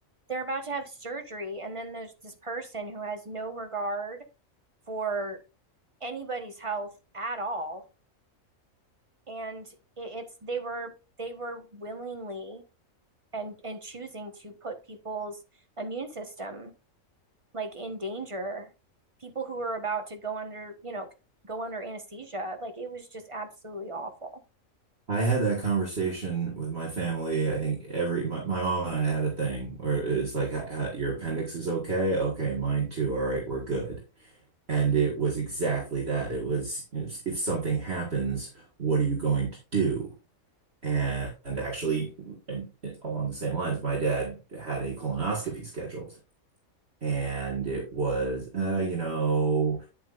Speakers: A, on the right; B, on the right.
A: they're about to have surgery. And then there's this person who has no regard for anybody's health at all. And it's, they were, they were willingly and, and choosing to put people's immune system like in danger, people who were about to go under, you know, go under anesthesia. Like it was just absolutely awful.
B: I had that conversation with my family. I think every my, my mom and I had a thing where it's like, ha, ha, your appendix is okay. Okay, mine too. All right, we're good. And it was exactly that. It was if something happens, what are you going to do? And, and actually, and it- along the same lines, my dad had a colonoscopy scheduled, and it was, uh, you know